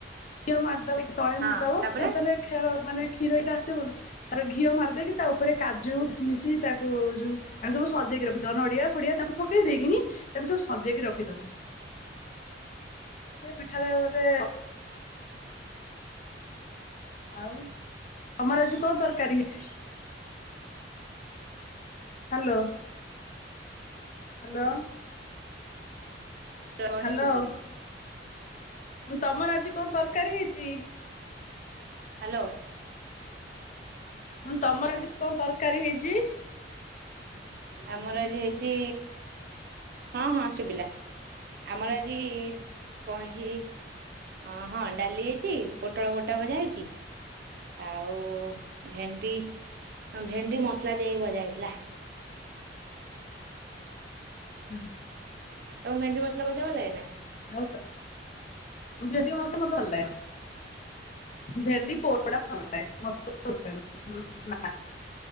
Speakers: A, on the left; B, on the right.
A: କ ମଦ ତଳେ
B: ହଁ
A: ମାରଦବ
B: ତାପରେ
A: କେ ଖେଳ ମାନେ କ୍ଷୀର ଏଇଟା ଆସିବବ ନା ତାର ଘିଅ ମାରିଦେଇକି ତା ଉପରେ କାଜୁ କିମିଶି ତାକୁ ଯୋଉ ଆଗ ସବୁ ସଜା ଦେଇ ରଖିଦବା ନଡିଆ ଫଡିଆ ତାକୁ ପକେଇ ଦେଇକିନି ତାକୁ ସବୁ ସଜେଇକି ରଖିଦବ। ସେ ପିଠାରେ ଗୋଟେ ଆଉ ତମର ଆଜି କଣ ତରକାରୀ ହେଇଚି? ହ୍ୟାଲୋ। ହ୍ୟାଲୋ।
B: <unintelligible>
A: ହ୍ୟାଲୋ
B: ଶୁଭୁନି।
A: ତମର ଆଜି କଣ ତରକାରୀ ହେଇଚି?
B: ହ୍ୟାଲୋ
A: ତମର ଆଜି କଣ ତରକାରୀ ହେଇଚି?
B: ଆମର ଆଜି ହେଇଚି ହଁ ହଁ ଶୁଭିଲା ଆମର ଆଜି କଣ ହେଇଚି ଅ ହଁ ଡାଲି ହେଇଚି ପୋଟଳ ଗୋଟା ଭଜା ହେଇଚି ଆଉ ଭେଣ୍ଡି, ଭେଣ୍ଡି ମସଲା ଦିଆ ହେଇକି ଭଜା ହେଇଥିଲା।
A: ହଁ।
B: ତମକୁ ଭେଣ୍ଡି ମସଲା ଭଜା ଭଲ ଲାଗେ ନା।
A: ଆଉ ତ ଭେଣ୍ଡି ମସଲା ମତେ ଭଲ ଲାଗେନା। ଭେଣ୍ଡି ପୋଡ଼ା ଭଲ ଲାଗେ, ମସଲା ଭଲ ଲାଗେନା